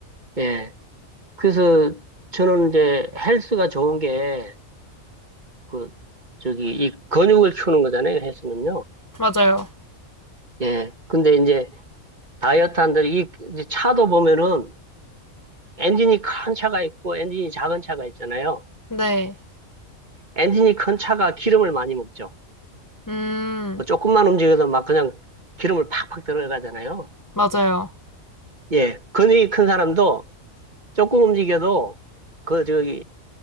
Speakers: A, on the right (about 35°); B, on the left (about 20°).
A: 예. 그래서 저는 이제 헬스가 좋은 게 그, 저기 이 근육을 키우는 거잖아요. 헬스는요.
B: 맞아요.
A: 예. 근데 이제 다이어트 한들 이 이제 차도 보면은 엔진이 큰 차가 있고 엔진이 작은 차가 있잖아요.
B: 네.
A: 엔진이 큰 차가 기름을 많이 먹죠.
B: 음.
A: 뭐 조금만 움직여서 막 그냥 기름을 팍팍 들어가잖아요.
B: 맞아요.
A: 예, 근육이 큰 사람도 조금 움직여도 그 저기